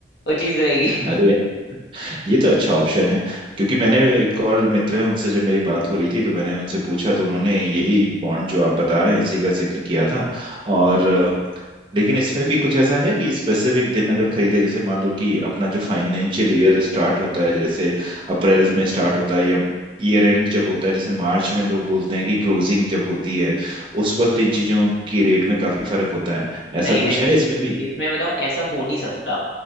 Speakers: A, on the left (about 60°); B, on the right (about 25°).
A: वो चीज रहेगी
B: अरे यार ये तो अच्छा ऑप्शन है क्योंकि मैंने एक और मित्र है उनसे जब मेरी बात हो रही थी तो मैंने उनसे पूछा तो उन्होंने यही बॉन्ड जो आप बता रहे हैं इसी का जिक्र किया था और लेकिन इसमें भी कुछ ऐसा है कि स्पेसिफिक दिन अगर खरीदे जैसे मान लो कि अपना जो फाइनेंशियल ईयर स्टार्ट होता है जैसे अप्रैल में स्टार्ट होता है या ईयर एंड जब होता है जैसे मार्च में लोग बोलते हैं कि क्लोजिंग जब होती है उस वक्त इन चीजों की रेट में काफी फर्क होता है ऐसा
A: नहीं नहीं
B: कुछ है इसमें भी
A: इसमें बताऊं ऐसा हो नहीं सकता